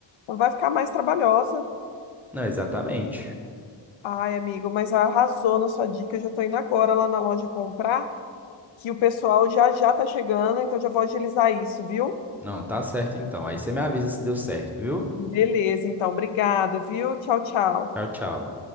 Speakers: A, on the left; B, in the centre.
A: vai ficar mais trabalhosa.
B: Não, exatamente.
A: Ai, amigo, mas arrasou na sua dica, eu já tô indo agora lá na loja comprar, que o pessoal já já tá chegando, então já vou agilizar isso, viu?
B: Não, tá certo então. Aí você me avisa se deu certo, viu?
A: Beleza, então, obrigado, viu? Tchau, tchau.
B: Tchau, tchau.